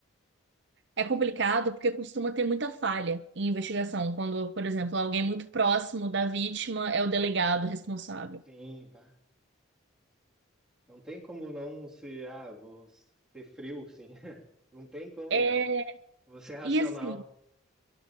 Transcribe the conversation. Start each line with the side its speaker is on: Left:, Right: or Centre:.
Right: É complicado porque costuma ter muita falha em investigação, quando, por exemplo, alguém muito próximo da vítima é o delegado responsável.
Centre: Sim, pá. Não tem como não se, ah, vou ser frio, sim. <laughs> Não tem como,
Right: É,
Centre: né? Vou ser racional.
Right: e assim,